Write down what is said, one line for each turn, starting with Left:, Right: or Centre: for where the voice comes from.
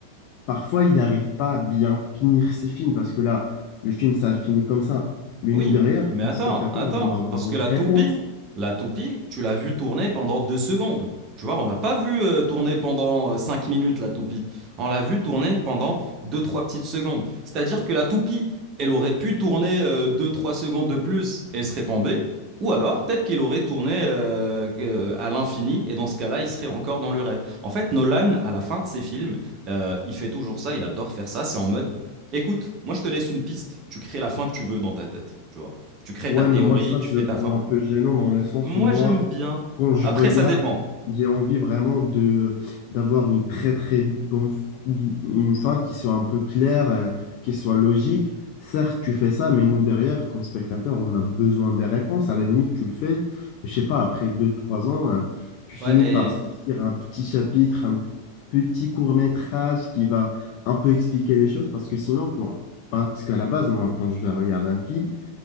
Left: parfois, il n'arrive pas à bien finir ses films. Parce que là, le film, ça finit comme ça. Mais
Right: Oui,
Left: nous, derrière,
Right: mais
Left: comme
Right: attends,
Left: spectateurs,
Right: attends,
Left: on doit avoir
Right: parce que
Left: une
Right: la
Left: réponse.
Right: toupie, la toupie, tu l'as vue tourner pendant deux secondes. Tu vois, on l'a pas vue euh, tourner pendant euh, cinq minutes, la toupie. On l'a vue tourner pendant deux, trois petites secondes. C'est-à-dire que la toupie, elle aurait pu tourner euh, deux, trois secondes de plus et serait tombée, ou alors peut-être qu'elle aurait tourné euh, que- à l'infini, et dans ce cas-là, il serait encore dans le rêve. En fait, Nolan, à la fin de ses films, euh, il fait toujours ça, il adore faire ça. C'est en mode, Écoute, moi je te laisse une piste, tu crées la fin que tu veux dans ta tête, tu vois. Tu crées
Left: Ouais,
Right: ta théorie,
Left: mais moi, ça,
Right: tu
Left: je
Right: fais
Left: le trouve
Right: ta fin.
Left: un peu gênant dans le sens
Right: Moi
Left: où moi,
Right: j'aime bien.
Left: Quand Ouais. je
Right: Après
Left: regarde,
Right: ça dépend.
Left: j'ai envie vraiment de d'avoir une très très bonne f- une fin qui soit un peu claire, euh, qui soit logique. Certes, tu fais ça, mais nous derrière, comme spectateurs, on a besoin des réponses. À la limite, tu le fais, je sais pas, après deux, trois ans, euh, tu finis
Right: Ouais, mais
Left: par sortir un petit chapitre, un p- petit court-métrage qui va un peu expliquer les choses, parce que sinon, toi, parce qu'à la base, moi, quand je vais regarder un film,